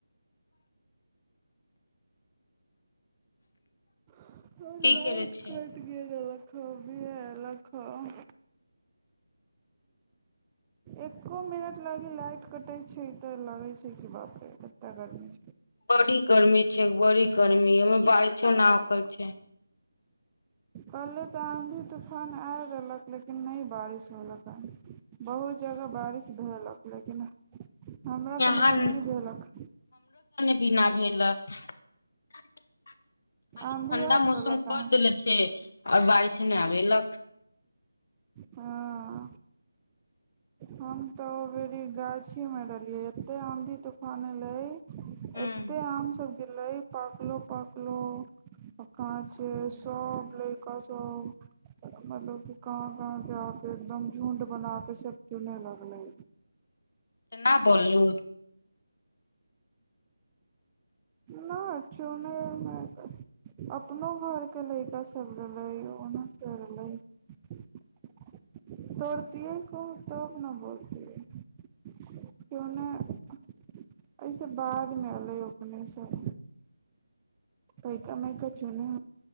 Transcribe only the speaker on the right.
अ
लाइट
कट गेलक खूबी एलक हन एको मिनट लागी लाइट कटै छै तऽ लागै छै की बापरे कते गर्मी छै
पहिले तऽ आँधी तूफान आय रहलक लेकिन नहि बारिश होलकहन बहुत जगह बारिश भेलक लेकिन हमरा
तने तऽ नहि भेलक
आंधी
आयल
रहलक
अहाँ
हाँ हम तऽ ओबेरी गाछीमे रहलियै एते आँधी तूफान एलै
एते
आम सब गिरलै पाकलो पाकलो अ- कांचों सब लइका सब <unintelligible> कहाँ से आके एकदम झुण्ड बनाके सभ चुनै लगलै
न चुने मे तऽ अपनो घर के लयका सब रहले ओनो से रहलै तोड़तियै केयौ तब ने बोलतियै के ओने एहिस बादमे एलयै अपने सब तनिका चुन